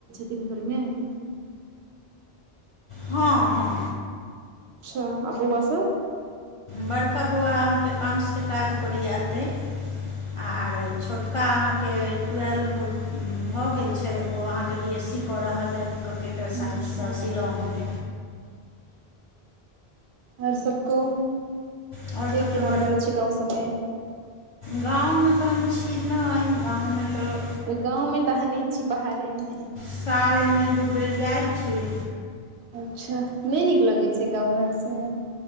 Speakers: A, on the right; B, on the left.
A: दिन भर में
B: हँ-हँ
A: अच्छा आ बौआ सब
B: बड़का बौआ अहाँके अकाउंट्स के काज करैए एतै आर छोटका अहाँके टुएल्भ भऽ गेल छै ओ अहाँके बी एस सी कऽ रहल अइ कम्प्यूटर
A: अच्छा
B: साइंस स शिलांग में
A: आर सब कहु
B: आओर
A: के
B: सभ
A: केना
B: तऽ
A: भऽ रहल छै गाँव सब में
B: गाँव में तऽ हम छी नय, गाँव में तऽ
A: गाँव में तऽ अहाँ नै छी बाहरे में
B: साल में दू बेर जाइ छी
A: अच्छा नै नीक लगै छै गाँव घर से